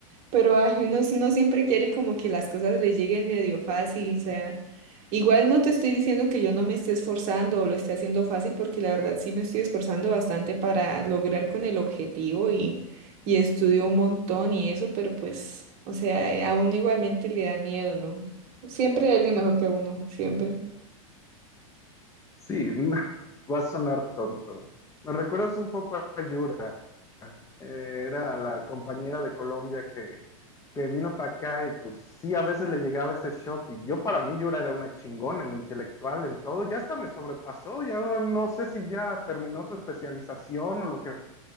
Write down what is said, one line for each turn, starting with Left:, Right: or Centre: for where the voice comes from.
Right: Pero ay, uno, uno siempre quiere como que las cosas le lleguen medio fácil, o sea, igual no te estoy diciendo que yo no me esté esforzando o lo esté haciendo fácil, porque la verdad sí me estoy esforzando bastante para lograr con el objetivo y, y estudio un montón y eso, pero pues, o sea, eh, a uno igualmente le da miedo, ¿no? Siempre hay alguien mejor que uno, siempre.
Left: Sí, <laughs> va a sonar tonto. Me recuerdas un poco a Yura. eh, era la compañera de Colombia que, que vino para acá y pues sí, a veces le llegaba ese shock. Y yo para mí Yura era una chingona en lo intelectual, en todo, ya hasta me sobrepasó, ya no sé si ya terminó su especialización o lo que